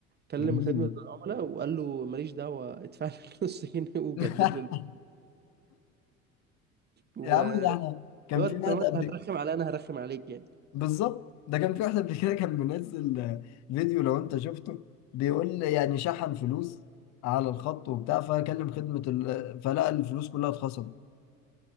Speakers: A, on the right; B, on the left.
A: كلم
B: جميل
A: خدمة العملاء وقال له ماليش دعوة ادفع لي <laughs> النص جنيه وجدد
B: <laughs>
A: لي الباقة و-
B: يا عم ده احنا كان
A: اللي هو
B: في
A: طالما
B: واحد
A: انت
B: قبل
A: هترخم عليا انا هرخم عليك يعني
B: بالظبط ده كان في واحد قبل كده كان منزل فيديو لو انت شفته بيقول يعني شحن فلوس على الخط وبتاع فكلم خدمه ال... فلقى الفلوس كلها اتخصمت